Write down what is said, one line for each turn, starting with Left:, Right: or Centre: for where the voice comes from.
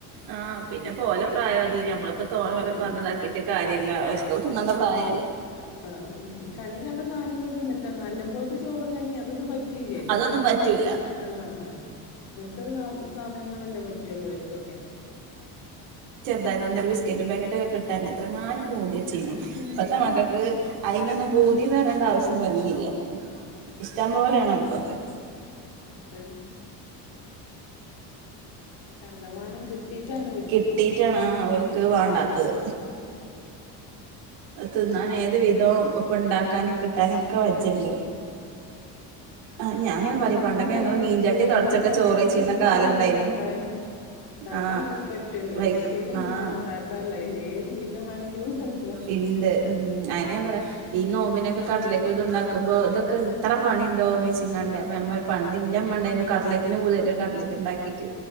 Right: ആഹ് പിന്നെപ്പോ ഓലെ പ്രായം അതല്ലേ ഞമ്മളിപ്പോ
Left: ആ
Right: തോന്ന് പോലെ
Left: അതന്നെ
Right: പറഞ്ഞതാക്കിട്ട് കാര്യയില്ല ഓലെക്ക് തിന്നേണ്ട പ്രായം.
Left: ആഹ് അതെന്നെ ഈ കണ്ണി കണ്ട സാധനങ്ങൾ തിന്നിട്ടാണ്, നല്ല പോലത്തെ ചോറും കഞ്ഞി അതൊന്നും പറ്റിയില്ലല്ലോ.
Right: അതൊന്നും പറ്റൂല.
Left: ആഹ് ഇങ്ങനത്തെ സ സാധനങ്ങളല്ലേ പറ്റുള്ളൂ ഇവർക്കൊക്കെ.
Right: അതായത് അന്നൊരു ബിസ്ക്കറ്റും പാക്കറ്റ് ഒക്കെ കിട്ടാൻ എത്ര എങ്ങാനും പൂതി തന്നെ. ചെയ്യുന്നു
Left: ആഹ്
Right: ഇപ്പത്തെ മകൾക്ക് അതിനൊന്നും പൂതിന്ന് പറയേണ്ടേ ആവശ്യം വരേയില്ല. ഇല്ല ഇഷ്ടം പോലെയാണ് അവർക്കൊക്കെ.
Left: അതാണ് ഇപ്പം കണ്ടമാനം കിട്ടിയിട്ടാണ് ഇവർക്ക്.
Right: കിട്ടിയിട്ടാണ് ഓൽക്ക് വേണ്ടാത്തത് തിന്നാൻ ഏത് വിധവും ഇപ്പൊ ഉണ്ടാക്കാനും കിട്ടാനും ഒക്കെ വജ്ജുണ്ട്. ആഹ് ഞാൻ
Left: ഇനി
Right: അങ്ങനെ
Left: നമുക്കും
Right: പറയും പണ്ടൊക്കെ
Left: തന്നെ
Right: ഞങ്ങള് മീൻചട്ടി
Left: എന്ത്
Right: തൊടച്ചൊക്കെ
Left: എന്ത്
Right: ചോറ്
Left: എന്ത്
Right: വെച്ചിരുന്ന
Left: പൂതിയുള്ളത്
Right: കാലം ഉണ്ടായിനു
Left: കണ്ടാലും. ഉണ്ടാക്കാൻ
Right: ആഹ്
Left: വേണ്ടി പറ്റുവല്ലോ,
Right: വൈക്ക്
Left: യൂട്യൂബും തുറന്നാൽ
Right: ആഹ്
Left: ഉണ്ടാക്കാലോ അതില് ഏത് വിധം വേണമെങ്കിലും. ഉണ്ടല്ലോ
Right: ഇണ്ട് ഉം അയിന് ഞാൻ പറയാം. ഈ നോമ്പിനൊക്കെ കട്ട് ലൈറ്റ് ഇത് ഉണ്ടാക്കുമ്പോ ഇതൊക്കെ ഇത്ര പണി ഇണ്ടോ വിചാ എങ്ങാണ്ട് ഞാൻ
Left: ആഹ്
Right: പറയും പണ്ട്
Left: വിചാരിച്ച്
Right: എന്റെ അമ്മ ഉണ്ടായിരുന്നു കട്ട്‌ ലൈറ്റിന്റെ പൂതി കട്ട് ലൈറ്റ് ഇണ്ടാക്കി. റ്റ്